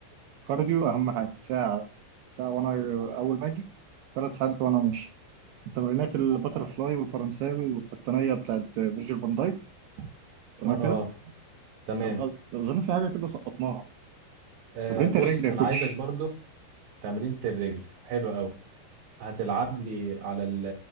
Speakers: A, on the right; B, on the right.
A: الكارديو أهم حاجة ساعة ساعة وأنا أول ما أجي ثلاث ساعات وأنا ماشي تمرينات الباترفلاي
B: اه
A: والفرنساوي والقطنية بتاعت فيرجيل فان دايك تمام
B: اه
A: كده
B: تمام
A: طب أظن في حاجة كده سقطناها
B: آه
A: تمرينة
B: بص
A: الرجل
B: انا
A: يا كوتش
B: عايزك برضو تمرينة الرجل حلو قوي هتلعب لي على ال-